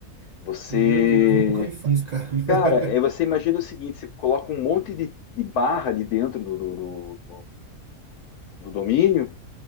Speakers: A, on the left; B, on the right.
A: Você.
B: meu Deus, nunca me falar isso, cara. <laughs>
A: Cara, é, você imagina o seguinte: você coloca um monte de, de barra ali dentro do, do, do, do domínio.